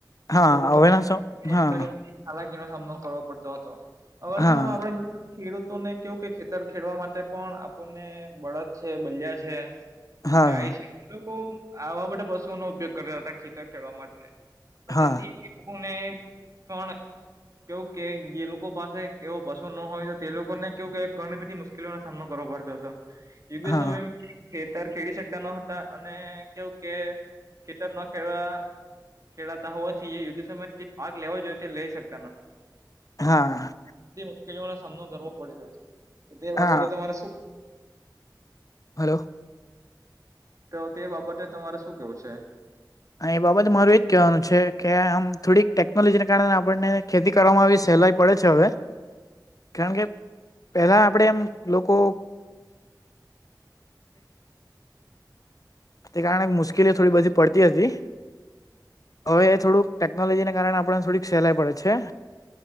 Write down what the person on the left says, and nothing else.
હા
હવેના સ
હા
હા
હા
હા
હા
હા
હા
હાલો
અને એ બાબતે મારું એજ કહેવાનું છે કે આમ થોડીક ટેકનોલોજીને કારણે આપણને ખેતી કરવામાં આવી સહેલાઈ પડે છે હવે કારણ કે પેલા આપડે એમ લોકો તે કારણે મુશ્કેલી થોડી બધી પડતી હતી. હવે એ થોડુંક ટેકનોલોજીને કારણે આપણને થોડીક સહેલાઈ પડે છે.